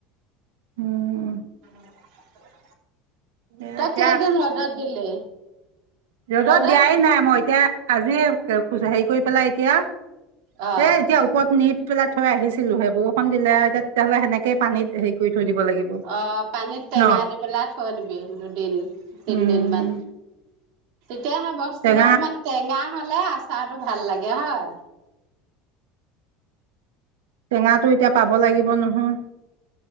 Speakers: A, on the right (about 85°); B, on the right (about 70°).
A: উম
B: উ
A: এ
B: তই
A: এতিয়া
B: কেইদিন ৰোডত দিলি
A: ৰ'দতত
B: ৰ'দত
A: দিয়াই নাই মই এতিয়া আজি হেৰি কৰি পেলাই এতিয়া
B: অ
A: এ এতিয়া <unintelligible> পেলাই থই আহিছিলোহে বৰষুণ দিলে তেতিয়া হ'লে সেনেকে পানীত হেৰি কৰি থৈ দিব লাগিব
B: অ', পানীত টেঙা
A: ন
B: দি পেলাই থৈ দিবি দুদিন, তিনদিন
A: উম,
B: মান। এতিয়া সেই বস্তুটো
A: টেঙা
B: অকণমান টেঙা খালে আচাৰটো ভাল লাগে, হয়।
A: টেঙাটো এতিয়া পাব লাগিব নহয়